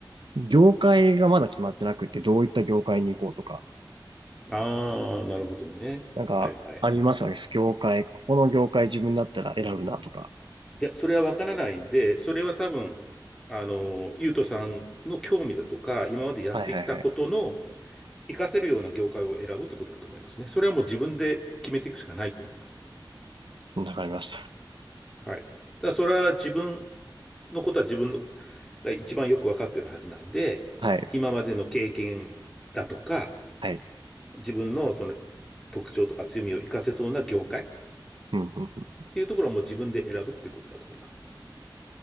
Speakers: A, on the right (about 70°); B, in the centre.
A: 業界がまだ決まってなくて、どういった業界に行こうとか、
B: ああ、なるほどね。
A: なんか、
B: はいはいはい。
A: ありますよね。業界、ここの業界自分だったら選ぶなとか。
B: いや、それはわからないんで、それは多分、あの、ゆうとさんの興味だとか、今までやってきたことの
A: はいはいはい。
B: 活かせるような業界を選ぶってことだと思いますね。それはもう自分で決めていくしかないと思います。
A: わかりまし
B: はい。ただ、それは自分のことは自分のが一番よくわかってるはずなんで、
A: た。はい。
B: 今までの経験だとか、
A: はい。
B: 自分のその特徴とか強みを活かせそうな業界っ
A: うんうん。
B: ていうところをもう自分で選ぶっていうことだと思いますね。